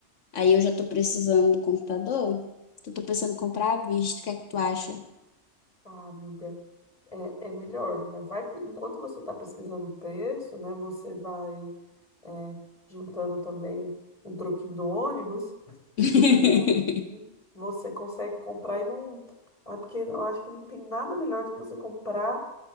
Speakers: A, on the left (about 75°); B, on the left (about 25°).
A: Aí eu já tô precisando do computador. Então, tô pensando em comprar à vista. O que é que tu acha?
B: Ah, amiga, é, é melhor, né? Vai, enquanto você tá pesquisando o preço, né, você vai é, juntando também um troquinho do ônibus,
A: <laughs>
B: e aí você consegue comprar e não. É porque eu acho que não tem nada melhor do que você comprar